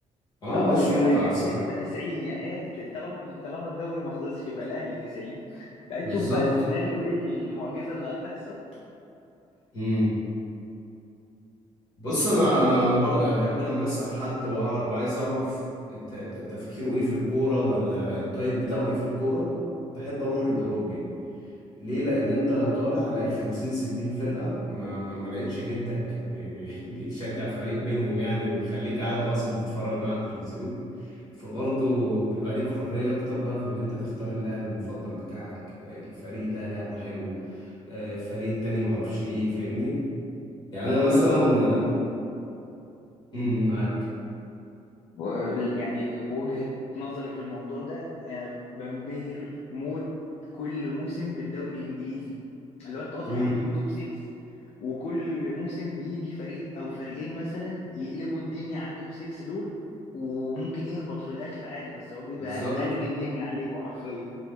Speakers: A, on the left; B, on the left.
A: اه
B: اه،
A: ماشي
B: هو هي
A: متعه
B: هي كده
A: بصراحه
B: كده 90 يعني هي طالما طالما الدوري ما خلصش يبقى الاهلي 90
A: بالظبط
B: تشوف بقى السيناريو ايه المعجزه اللي هتحصل
A: مم. بص انا انا انا برضه يعني بحب لما اسال حد واعرف وعايز اعرف الت- الت- تفكيره ايه في الكوره ولا التايب بتاعه ايه في الكوره بحب اروح للاوروبي ليه لان انت طالع لاقي 50 60 فرقه ما ما, ما لقيتش جدك بي بي <laughs> بيشجع فريق منهم يعني ومخليك قاعد غصب تتفرج معاه على التلفزيون فبرضه بيبقى ليك حريه اكتر بقى في ان انت تختار اللاعب المفضل بتاعك الفريق ده لعبه حلو آه، الفريق التاني معرفش ايه فاهمني يعني
B: فاهمك
A: انا مثلا
B: اه و...
A: امم معاك
B: و... يعني وجهه نظري في الموضوع ده انا بنبهر موت كل موسم بالدوري الانجليزي اللي هو انتوا اصلا
A: امم
B: عندكم توب 6 وكل موسم بيجي فريق او فريقين مثلا يقلبوا الدنيا على التوب 6 دول وممكن يهبط في الاخر عادي بس هو بيبقى
A: بالظبط
B: قلب الدنيا عليكم حرفيا